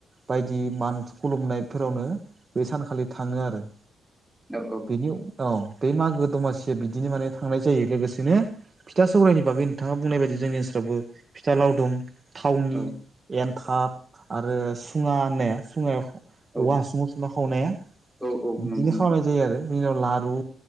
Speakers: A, on the right; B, in the centre.
A: बायदि मान खुलुमनायफोरावनो बे सानखालि थाङो आरो
B: औ औ।
A: बेनि औ बे मागो दमासिया बिदिनो माने थांनाय जायो लोगोसेनो फिथा सौरायनि बागै नोंथाङा बुंनाय बायदि जोंनि ओनसोलावबो फिथा लावदुम थावनि
B: औ
A: एन्थाब आरो सुङा ने सुङायाव
B: औ
A: औवा हासुङाव संना खावनाया
B: औ औ
A: बिदिनो
B: नंगौ नोंथां
A: खालामनाय जायो आरो बिनिनाव लारु